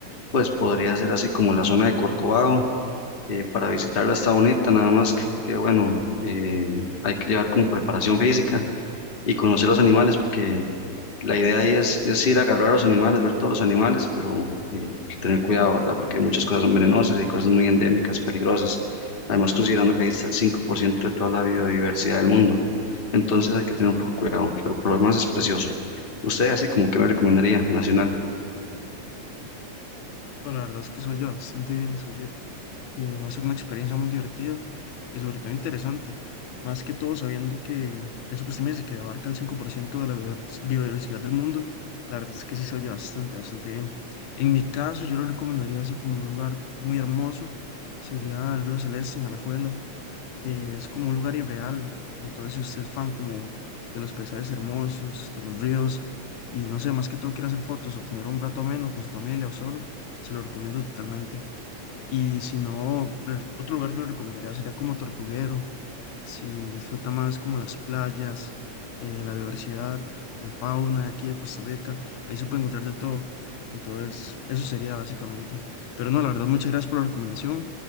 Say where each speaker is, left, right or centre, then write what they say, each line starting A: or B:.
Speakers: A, on the left; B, on the left.
A: pues podría ser así como la zona de Corcovado. eh, para visitarla está bonita, nada más que, que, bueno, eh, hay que llevar como preparación física y conocer los animales, porque la idea ahí es, es ir a agarrar a los animales, ver todos los animales, pero eh, tener cuidado, ¿verdad? Porque muchas cosas son venenosas y cosas muy endémicas, peligrosas. Además, considerando que ahí está el 5% de toda la biodiversidad del mundo. Entonces hay que tener un poco de cuidado, pero por lo demás es precioso. ¿Usted así como que me recomendaría, nacional?
B: No, la verdad es que soy yo bastante bien, soy eh, va a ser una experiencia muy divertida y sobre todo interesante, más que todo sabiendo que eso que usted me dice, que abarca el 5% de la biodivers- biodiversidad del mundo, la verdad es que sí se oye bastante, bastante bien. En mi caso, yo lo recomendaría así como un lugar muy hermoso, sería el Río Celeste en Alajuela, eh, es como un lugar irreal, entonces si usted es fan como de los paisajes hermosos, de los ríos, y no sé, más que todo quiere hacer fotos o tener un rato ameno con su familia o solo, se lo recomiendo totalmente. Y si no, re- otro lugar que le recomendaría sería como Tortuguero, si disfruta más como las playas, eh, la biodiversidad, la fauna aquí de Costa Rica, ahí se puede encontrar de todo. Entonces, eso sería básicamente. Pero no, la verdad, muchas gracias por la recomendación.